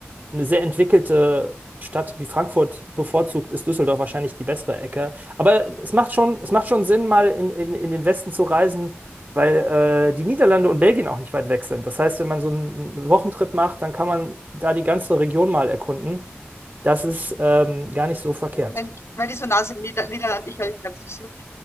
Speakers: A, on the right (about 40°); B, on the left (about 85°).
A: eine sehr entwickelte Stadt wie Frankfurt bevorzugt, ist Düsseldorf wahrscheinlich die bessere Ecke. Aber es macht schon, es macht schon Sinn, mal in, in, in den Westen zu reisen, weil äh, die Niederlande und Belgien auch nicht weit weg sind. Das heißt, wenn man so einen Wochentrip macht, dann kann man da die ganze Region mal erkunden. Das ist ähm, gar nicht so verkehrt.
B: Weil, weil die so nah sind, Nieder Niederland, ich, weil ich glaube, das ist so.